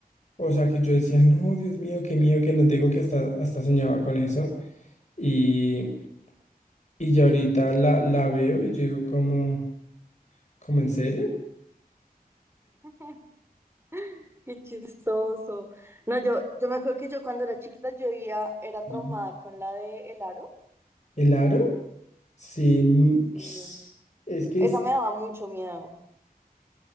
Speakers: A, on the left; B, on the right.
A: o sea, que yo decía, no, Dios mío, qué miedo, que no te digo que hasta, hasta soñaba con eso. Y, y ya ahorita la, la veo y yo digo como, ¿como en serio?
B: <laughs> Qué chistoso. No, yo, yo me acuerdo que yo cuando era chiquita yo iba- era
A: Sí.
B: traumada con la de El Aro.
A: ¿El aro? Sí. n-
B: Sí.
A: Es que,
B: Esa
A: s-
B: me daba mucho miedo.